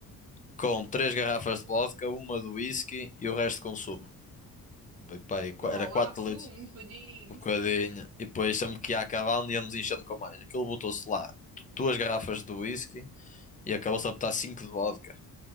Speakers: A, on the left; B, on the right.
A: com três garrafas de vodka, uma de whisky e o resto de consumo. Foi pá, aí qua-
B: Vá
A: era
B: lá,
A: 4
B: sumo
A: litros,
B: um bocadinho.
A: um bocadinho. E depois sempre que ia acabando íamos enchendo com mais. Aquilo botou-se lá du- duas garrafas de whisky e acabou-se a botar 5 de vodka.